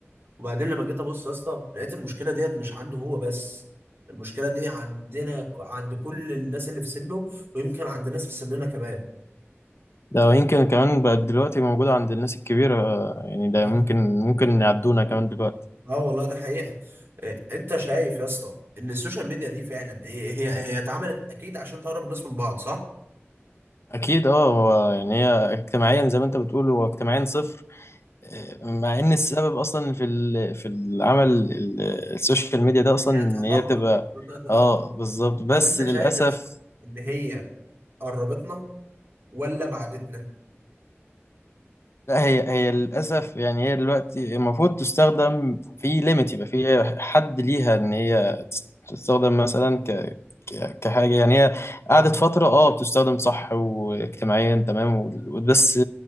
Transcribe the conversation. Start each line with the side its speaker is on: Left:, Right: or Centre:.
Right: وبعدين لما جيت ابص يا اسطى لقيت المشكله ديت مش عنده هو بس المشكله دي عندنا عند كل الناس اللي في سنه ويمكن عند ناس في سننا كمان
Left: ده يمكن كمان بقت دلوقتي موجودة عند الناس الكبيرة يعني ده
Right: آه.
Left: ممكن ممكن يعدونا كمان دلوقتي
Right: اه والله ده حقيقة إيه، انت شايف يا اسطى ان السوشيال ميديا دي فعلا إيه، هي هي اتعملت اكيد عشان تقرب الناس من بعض صح؟
Left: أكيد أه هو يعني هي اجتماعيا زي ما أنت بتقول هو اجتماعيا صفر آه، مع إن
Right: إيه،
Left: السبب أصلا في ال- في العمل ال- السوشيال
Right: السوشيال
Left: ميديا
Right: ميديا
Left: ده أصلا
Right: ان هي
Left: إن
Right: تقربنا
Left: هي بتبقى
Right: <laughs>
Left: أه بالظبط بس
Right: طب انت
Left: للأسف
Right: شايف يا اسطى ان هي قربتنا ولا بعدتنا؟
Left: لا هي هي للأسف يعني هي دلوقتي المفروض تستخدم في ليميت يبقى في حد ليها إن هي تستخدم مثلا ك ك- كحاجة يعني هي
Right: اه
Left: قعدت فترة اه بتستخدم صح واجتماعيا تمام وال- بس